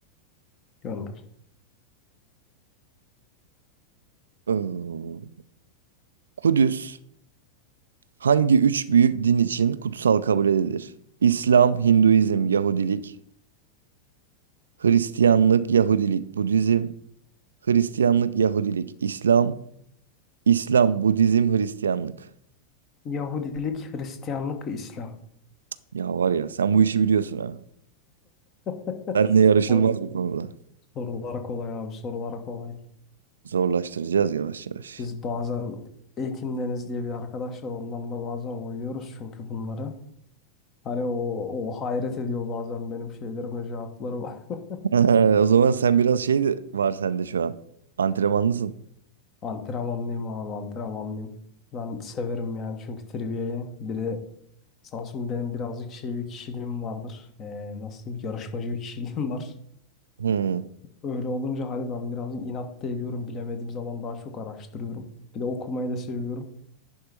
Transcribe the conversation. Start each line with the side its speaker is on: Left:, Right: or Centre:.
Left: Gönder.
Right: Ee, Kudüs hangi üç büyük din için kutsal kabul edilir? İslam, Hinduizm, Yahudilik. Hristiyanlık, Yahudilik, Budizm. Hristiyanlık, Yahudilik, İslam. İslam, Budizm, Hristiyanlık.
Left: Yahudilik, Hristiyanlık, İslam.
Right: Ya var ya sen bu işi biliyorsun ha.
Left: <laughs>
Right: Seninle yarışılmaz
Left: Abi
Right: bu konuda.
Left: sorulara kolay abi sorulara kolay.
Right: Zorlaştıracağız yavaş yavaş.
Left: Biz bazen Ekin Deniz diye bir arkadaş var ondan da bazen oynuyoruz çünkü bunları. Hani o, o hayret ediyor bazen benim şeylerime cevaplarıma. <laughs>
Right: <laughs> O zaman sen biraz şey de var sende şu an. Antrenmanlısın.
Left: Antrenmanlıyım abi antrenmanlıyım. Ben severim yani çünkü trivia'yı. Bir de sağ olsun benim birazcık şey bir kişiliğim vardır. Ee, nasıl diyeyim, yarışmacı bir kişiliğim var.
Right: Hmm,
Left: Öyle olunca hani ben birazcık inat da ediyorum. Bilemediğim zaman daha çok araştırıyorum. Bir de okumayı da seviyorum.